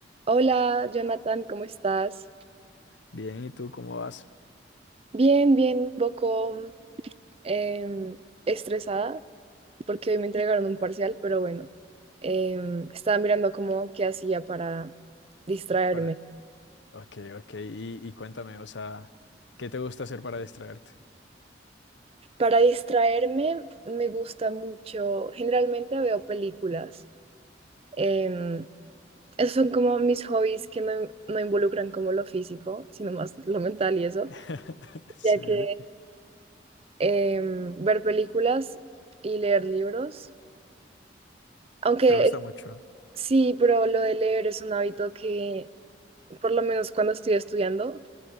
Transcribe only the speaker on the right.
Hola, Jonathan, ¿cómo estás?
Bien, bien, un poco em, estresada porque hoy me entregaron un parcial, pero bueno, em, estaba mirando cómo qué hacía para distraerme.
Para distraerme me gusta mucho, generalmente veo películas. em, esos son como mis hobbies que no, no involucran como lo físico, sino más lo mental y eso,
ya que em, ver películas y leer libros. Aunque
Sí, pero lo de leer es un hábito que, por lo menos cuando estoy estudiando,